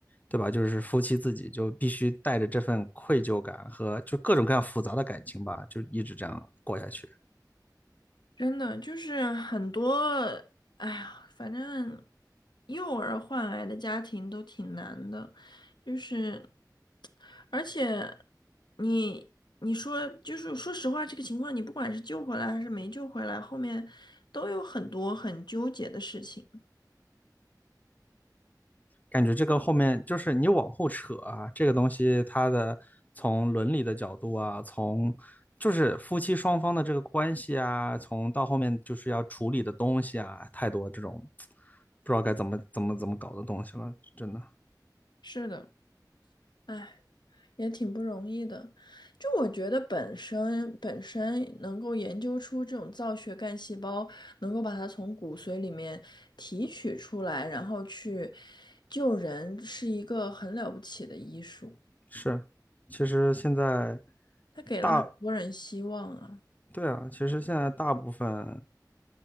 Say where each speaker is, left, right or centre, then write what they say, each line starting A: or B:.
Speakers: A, on the left; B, on the left.
A: 对吧？就是夫妻自己就必须带着这份愧疚感和就各种各样复杂的感情吧，就一直这样过下去。
B: 真的就是很多，哎呀，反正幼儿换来的家庭都挺难的，就是，而且你你说就是说实话，这个情况你不管是救回来还是没救回来，后面都有很多很纠结的事情。
A: 感觉这个后面就是你往后扯啊，这个东西它的从伦理的角度啊，从就是夫妻双方的这个关系啊，从到后面就是要处理的东西啊，太多这种不知道该怎么怎么怎么搞的东西了，真的
B: 是的，哎。也挺不容易的。就我觉得本身本身能够研究出这种造血干细胞，能够把它从骨髓里面提取出来，然后去救人，是一个很了不起的医术。
A: 是。其实现在
B: 它给了很多人希望啊。
A: 大，对啊，其实现在大部分，